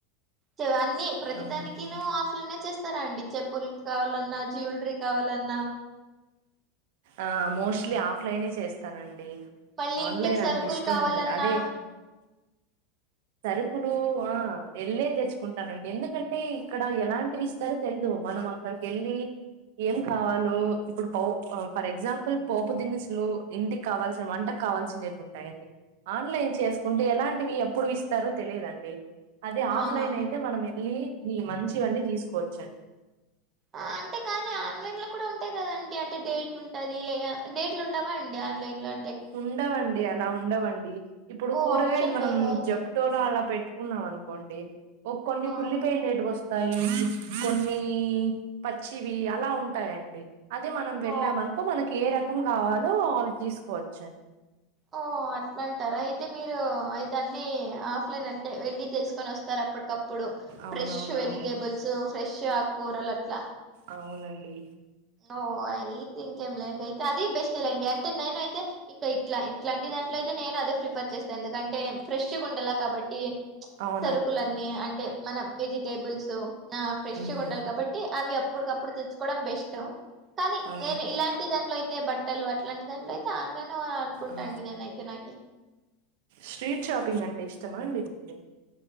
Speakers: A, on the right; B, on the right.
A: చూ అన్ని ప్రతిదానికినూ
B: అవునండి
A: ఆఫ్లోనే చేస్తారా అండి చెప్పులు కావాలన్నా జ్యువలరీ కావాలన్నా
B: ఆ మోస్ట్లీ ఆఫ్లైనే చేస్తానండి
A: మళ్ళీ
B: ఆన్లైన్
A: ఇంటికి సరుకులు
B: అంత ఇష్టము
A: కావాలన్నా
B: ఉండదు అదే సరుకులు ఆ వెళ్ళే తెచ్చుకుంటానండి ఎందుకంటే ఇక్కడ ఎలాంటివి ఇస్తారో తెలీదు మనం అక్కడకి వెళ్ళి ఏం కావాలో ఇప్పుడు పో ఫర్ ఎగ్జాంపుల్ పోపు దినుసులు ఇంటికి కావాల్సిన వంట కావాల్సిన ఉంటాయండి ఆన్లైన్ చేసుకుంటే ఎలాంటివి ఎప్పుడు ఇస్త ఇస్తారో తెలిదండి అదే ఆఫ్లైన్
A: అవునా
B: అయితే మనం వెళ్ళి వెళ్లి మంచివన్నీ తీసుకోవచ్చండి
A: ఆ అంటే కానీ ఆన్లైన్ లో కూడా ఉంటాయి కదండి అంటే డేట్ ఉంటది డేట్లు ఉండవా అండి ఆన్లైన్ లో అ
B: ఉండవండి అలా ఉండవండి ఇప్పుడు
A: ఓ
B: కూరగాయలు
A: ఆప్షన్
B: మనం
A: లేదా అయితే
B: జప్టోలో అలా పెట్టి పెట్టుకున్నాం అనుకోండి ఒక కొన్ని
A: ఆ
B: కుల్లిపోయినయి వస్తు కొన్ని పచ్చివి అలా ఉంటాయండి అది మనం వెళ్ళామ్
A: ఓ
B: అనుకో మనకి ఏ రకం కావాలో అవి తీసుకోవచ్చ అండి
A: ఓ అట్లా అంటారా అయితే మీరు అయితే అన్ని ఆఫ్లైన్ అంటే వెళ్ళి తెలుకొని వస్తారు అప్పుడు అప్పటికప్పుడు
B: అవునవునండి
A: ఫ్రెష్ వెజిటేబుల్స్ ఫ్రెష్ ఆకుకూరలు అట్లా
B: అవునండి
A: ఓ అయితే ఇంకేం లేండి అయితే అది బెస్ట్లేండి అంటే నేన అయితే ఇంకా ఇట్లా ఇట్లాంటి దాంట్లో అయితే నేను అదే ప్రిఫర్ చేస్తాను ఎందుకంటే ఫ్రెష్ ఉండలా కాబట్టి
B: అవు
A: సరుకులన్నీ అంటే మనం వెజిటేబుల్స్ ఆ ఫ్రెష్
B: ఉమ్
A: ఉండాలి కాబట్టి అవి అప్పటికప్పుడు తెచ్చుకోవడం బెస్ట్ కానీ
B: ఆ
A: నేను ఇలాంటి దాంట్లో అయితే బట్ బట్టలు అట్లాంటి దాంట్లో అయితే ఆన్లైన్ అనుకుంటాండి
B: ఆ
A: నేనైతే నాకు
B: స్ట్రీట్ షాపింగ్ అంటే ఇష్ట ఓకే